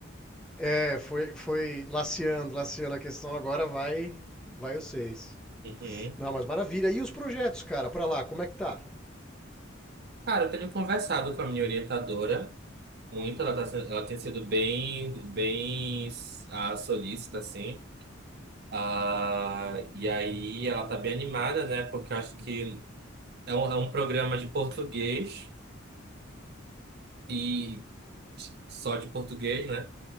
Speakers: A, in the centre; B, on the right.
A: É, foi, foi laceando, laceando a questão, agora vai, vai o 6.
B: Uhum.
A: Não, mas maravilha. E os projetos, cara, pra lá, como é que tá?
B: Cara, eu tenho conversado com a minha orientadora muito. Ela, tá, sendo- ela tem sido bem, bem ah, solícita, assim. Ah, e aí ela tá bem animada, né? Porque eu acho que é um, é um programa de português e só de português, né?